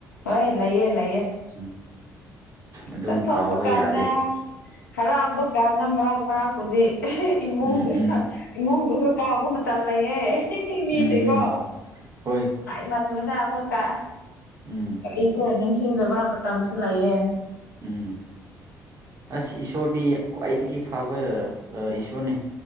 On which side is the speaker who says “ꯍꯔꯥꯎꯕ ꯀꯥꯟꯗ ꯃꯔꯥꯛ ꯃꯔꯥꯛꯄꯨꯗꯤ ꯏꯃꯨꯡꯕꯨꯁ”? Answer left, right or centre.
Left